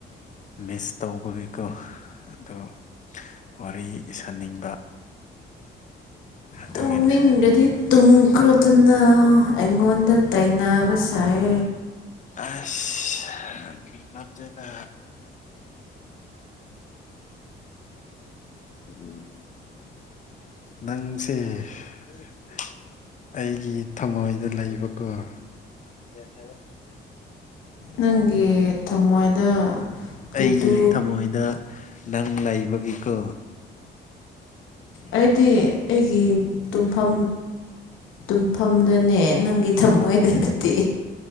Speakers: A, on the left (about 40°); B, on the left (about 85°).
A: ꯃꯤꯁ ꯇꯧꯕꯒꯤꯀꯣ ꯑꯗꯣ ꯋꯥꯔꯤ ꯁꯥꯅꯤꯡꯕ ꯑꯗꯨꯒꯤꯅꯦ
B: ꯇꯨꯝꯅꯤꯡꯂꯗꯤ ꯇꯨꯝꯈ꯭ꯔꯗꯨꯅ ꯑꯩꯉꯣꯟꯗ ꯇꯩꯅꯕ ꯁꯥꯏ
A: ꯑꯁ ꯅꯠꯇꯦꯗ ꯎ ꯅꯪꯁꯦ ꯎꯝ <unintelligible> ꯑꯩꯒꯤ ꯊꯝꯃꯣꯏꯗ ꯂꯩꯕꯀꯣ ꯌꯦ <inaudible>
B: ꯅꯪꯒꯤ ꯊꯃꯣꯏꯗ ꯇꯤꯇꯨ
A: ꯑꯩꯁꯤ ꯊꯃꯣꯏꯗ ꯅꯪ ꯂꯩꯕꯒꯤꯀꯣ
B: ꯑꯩꯗꯤ ꯑꯩꯒꯤ ꯇꯨꯝꯐꯝ ꯇꯨꯝꯐꯝꯗꯅꯦ ꯅꯪꯒꯤ ꯊꯃꯣꯏꯗ ꯅꯠꯇꯦ